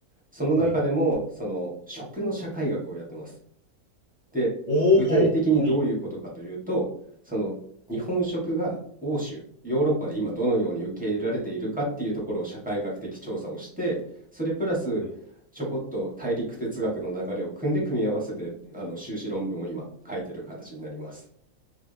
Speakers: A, in the centre; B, on the left (about 35°).
A: その中でもその食の社会学をやってます。
B: はい。
A: で、
B: おおは
A: 具体的にどういうことかというと、
B: い。
A: その日本食が欧州、ヨーロッパで今どのように受け入れられているかっていうところを社会学的調査をして、それプラスちょこっと大陸哲学の流れを組んで組み合わせて、
B: はい
A: あの修士論文を今書いてる形になります。